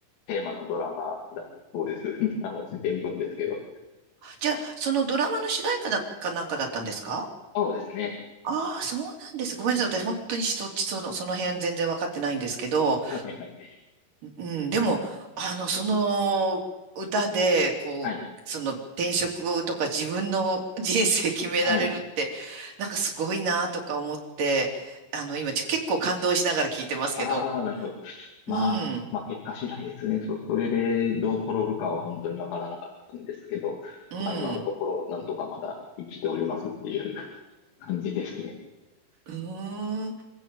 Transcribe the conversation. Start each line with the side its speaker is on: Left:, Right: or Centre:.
Left: テーマのドラマだそうです。<laughs> あの、伝聞ですけど。
Right: じゃあ、そのドラマの主題歌だかなんかだったんですか
Left: そうですね。
Right: ああ、そうなんです。ごめんなさい。私、本当にそっち、その、その辺全然わかってないんですけど、
Left: はいはい。
Right: うん、でも、あの、その歌で、こう、
Left: はい。
Right: その転職をとか自分の人生決められるって、
Left: はい。
Right: なんかすごいなとか思って、あの、今、ちょ結構感動しながら聞いてますけど、
Left: ああ、なるほど。まあ、
Right: うん、
Left: まあ結果次第ですね。そ、それでどう転ぶかは本当にわからなかったんですけど、
Right: うん。
Left: まあ今のところなんとかまだ生きておりますっていう感じですね。
Right: うーん。